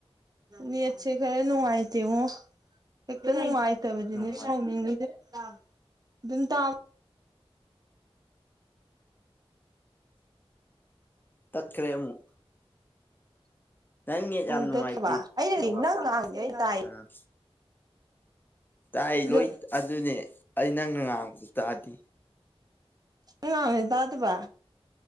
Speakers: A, on the right; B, on the left.
A: ꯅ°ꯠꯁ° ꯈꯔ ꯅꯨꯡꯉꯥꯏꯇꯦꯉꫭ ꯍ°ꯛꯇ ꯅꯨꯡꯉꯥꯏ ꯇꯕꯅꯤ
B: ꯅꯨꯡꯉꯥꯏ
A: ꯁꯥꯎꯅꯤꯡꯉꯤꯖꯦ ꯑꯗꯨꯝ ꯇꯥꯕ
B: ꯇꯠꯈ꯭ꯔꯦ ꯑꯃꯨꯛ ꯅꯪ ꯅꯦꯠ
A: ꯎꯝ
B: ꯌꯥꯝ ꯅꯨꯡꯉꯥꯏꯇꯦ
A: ꯇꯠꯈ꯭ꯔꯕ ꯑꯩ
B: ꯅꯦꯠꯋꯥꯛ
A: ꯅꯪ ꯉꯥꯡ ꯑꯩ ꯇꯥꯏ
B: ꯑꯥ ꯇꯥꯏ
A: ꯑꯗꯣ
B: ꯂꯣꯏ ꯑꯗꯨꯅꯦ ꯑꯩ ꯅꯪꯅ ꯉꯥꯡꯕꯗꯨ ꯇꯥꯗꯤ
A: ꯑꯩ ꯉꯥꯡꯕꯖꯦ ꯇꯥꯗꯕ